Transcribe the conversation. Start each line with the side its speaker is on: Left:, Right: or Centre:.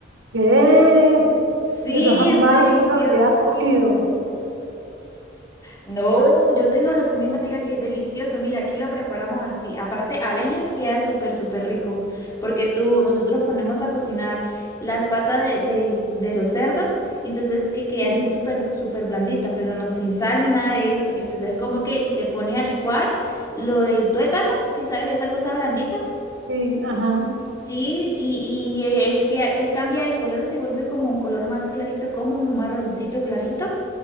Right: ¿Qué?
Left: Sí,
Right: Eso jamás
Left: es delicioso.
Right: lo había oído.
Left: No, yo te lo recomiendo, amiga, que es delicioso. Mira, aquí lo preparamos así. Aparte, a leña queda súper, súper rico. Porque tú, nosotros ponemos a cocinar las patas de, de- de los cerdos, entonces que queda
Right: Sí,
Left: así súper, súper blandita, pero no sin sal ni nada de eso. Entonces, como que se pone a licuar lo del tuétano, si sabes esa cosa blandita.
Right: sí, ajá.
Left: Sí, y, y el que, él cambia de color y se vuelve como un color más clarito, como un marroncito clarito.